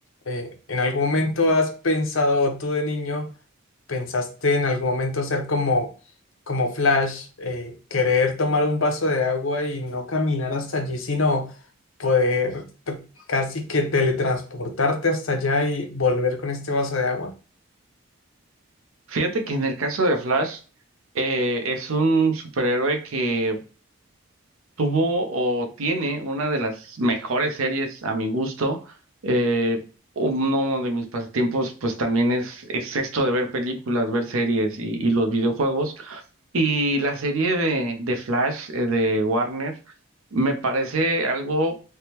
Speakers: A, on the left (about 65°); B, on the right (about 75°).
A: Eh, ¿en algún momento has pensado o tú de niño? ¿Pensaste en algún momento ser como, como Flash, eh, querer tomar un vaso de agua y no caminar hasta allí, sino poder t- casi que teletransportarte hasta allá y volver con este vaso de agua?
B: Fíjate que en el caso de Flash, eh, es un superhéroe que tuvo o tiene una de las mejores series a mi gusto. Eh, uno de mis pasatiempos pues también es, es esto de ver películas, ver series y, y los videojuegos. Y la serie de, de Flash eh, de Warner me parece algo